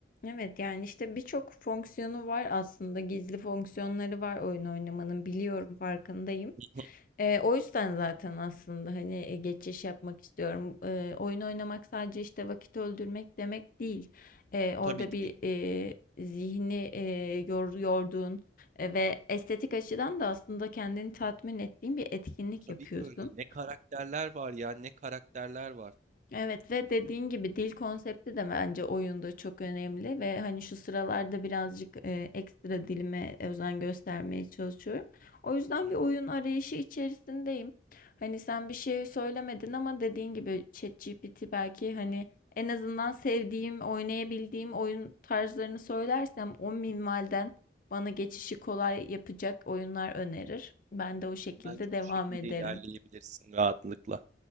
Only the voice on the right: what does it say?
Hı,
Tabii ki
de,
tabii
ki öyle. Ne karakterler var ya, ne karakterler var.
Hı hı.
Bence
o şekilde
ilerleyebilirsin rahatlıkla.